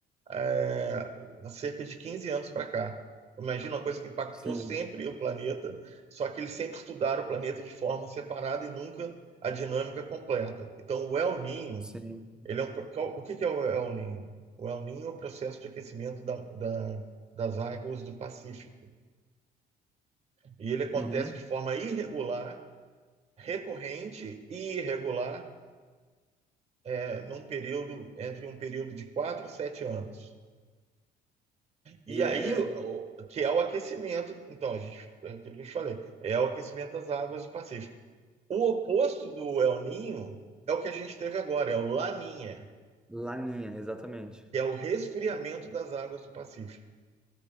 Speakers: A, on the right; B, in the centre.
A: é, há cerca de 15 anos para cá. Imagina uma coisa que impactou
B: Sim,
A: sempre o planeta, só que eles sempre estudaram o planeta de forma separada e nunca a dinâmica completa. Então, o El Niño
B: sim.
A: ele é um, o que é o El Niño O El Niño é o processo de aquecimento da, da, das águas do Pacífico. E ele acontece
B: Uhum.
A: de forma irregular, recorrente e irregular, é, num período entre um período de 4 a 7 anos. E
B: E
A: aí,
B: é
A: o-
B: é
A: que é o aquecimento, então, a gente, é aquilo que eu te falei, é o aquecimento das águas do Pacífico. O oposto do El Ninho é o que a gente teve agora, é o Laninha,
B: Laninha, exatamente.
A: que é o resfriamento das águas do Pacífico.